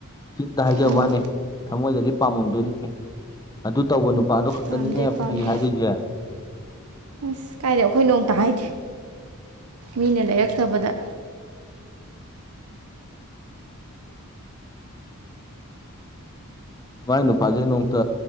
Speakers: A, on the left (about 15°); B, on the right (about 80°).
A: ꯆꯤꯟꯗ ꯍꯥꯏꯖꯕ
B: ꯎꯝ
A: ꯋꯥꯅꯤ ꯊꯃꯣꯏꯗꯗꯤ ꯄꯥꯝꯃꯝꯗꯣꯔꯤꯕꯅꯤ ꯑꯗꯨ ꯇꯧꯕ ꯅꯨꯄꯥꯗꯣ ꯈꯛꯇꯅꯤꯅꯦ
B: ꯄꯥꯝꯗꯦ ꯄꯥꯝꯗꯦ
A: ꯐꯩ ꯍꯥꯏꯗꯣꯏꯁꯦ
B: ꯑꯁ ꯀꯥꯏꯗꯩ ꯑꯩꯈꯣꯏ ꯅꯣꯡꯇ ꯍꯥꯏꯗꯦ ꯃꯤꯅ ꯂꯩꯔꯛꯇꯕꯗ
A: ꯃꯥꯢ ꯅꯨꯄꯥꯁꯦ ꯅꯣꯡꯇ